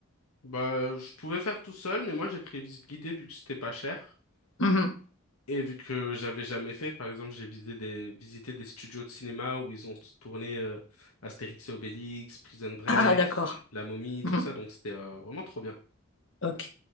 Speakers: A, on the left; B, on the left.
A: Bah, euh, je pouvais faire tout seul, mais moi j'ai pris visite guidée vu que c'était pas cher.
B: Mhm.
A: Et vu que j'avais jamais fait, par exemple, j'ai visité des, visité des studios de cinéma où ils ont tourné euh, Astérix et Obélix, Prison Break,
B: Ah, d'accord.
A: La Momie, tout
B: Hmm.
A: ça, donc c'était euh, vraiment trop bien.
B: Ok,